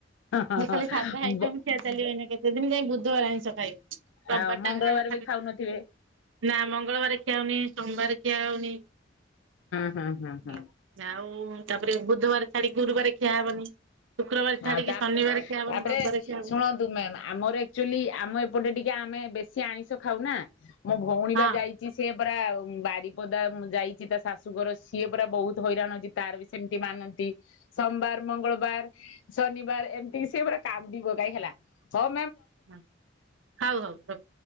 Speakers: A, on the left; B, on the right.
A: ହଁ ହଁ
B: ଯେ ଖାଲି
A: ହଁ
B: ସାଧା ଆଇଟମ
A: ବ
B: ଖିଆ ଚାଲିବ ଏଇନା କେତେ ଦିନ ଯାଇ। ଧ ବାର ଆଇଁଷ ଖାଇ ରବିବାର
A: ଆଉ ମଙ୍ଗଳବାର
B: ଟା ଖା ଖାଲି
A: ବି ଖାଉନଥିବେ।
B: ନା ମଙ୍ଗଳବାର ଖିଆହଉନି ସୋମବାର ଖିଆ ହଉନି।
A: ହଁ। ହଁ ହଁ।
B: ହେଲୋ ଆଉ ତାପରେ ବୁଧବାର ଛାଡିକି ଗୁରୁବାର ଖିଆ ହବନି। ଶୁକ୍ରବାର
A: ହଁ
B: ଛାଡିକି
A: ତାପରେ
B: ଶନିବାର ଖିଆ ହବନି
A: ତାପରେ
B: ରବିବାର ଖିଆ ହବନି
A: ଶୁଣନ୍ତୁ ମାମ୍। ଆମର ଏକ୍ଟୁଆଲି ଆମ ଏପଟେ ଟିକେ ଆମେ ବେଶ୍ ସିଏ ଆଇଁଷ ଖାଉ ନା। ମୋ ଭଉଣୀ
B: ହଁ
A: ବା ଯାଇଛି ସେ ପୁରା ଆଉ ବାରିପଦା ଯାଇଛି। ତା ଶାଶୁଘର ସିଏ ପୁରା ବହୁତ ହଇରାଣ ଅଛି ତାର ବି ସେମିତି ମାନନ୍ତି ସୋମବାର ମଙ୍ଗଳବାର ଶନିବାର ଏମିତି ସେ ପୁରା କାନ୍ଦି ପକାଏ ହେଲା ହ
B: ହଁ ହଉ ହଉ ରଖ